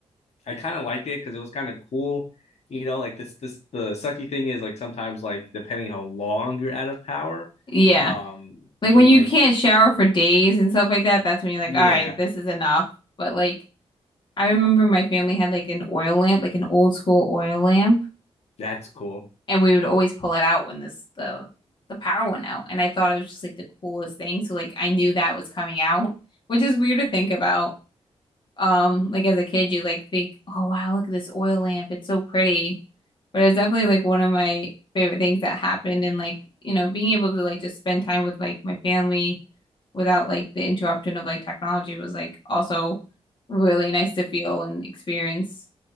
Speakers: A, on the left (about 70°); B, on the left (about 45°).
A: I kind of liked it because it was kind of cool. You know, like this this the sucky thing is like sometimes like depending how long you're out of power,
B: Yeah.
A: um,
B: Like
A: you
B: when you
A: like
B: can't shower for days and stuff like that, that's when you're like,
A: yeah,
B: all right, this is enough. But like, I remember my family had like an oil lamp, like an old school oil lamp,
A: that's cool.
B: and we would always pull it out when this the the power went out. And I thought it was just like the coolest thing. So like I knew that was coming out, which is weird to think about. Um, like as a kid, you like think, oh wow, look at this oil lamp. It's so pretty. But it was definitely like one of my favorite things that happened and like, you know, being able to like just spend time with like my family without like the interruption of like technology was like also really nice to feel and experience.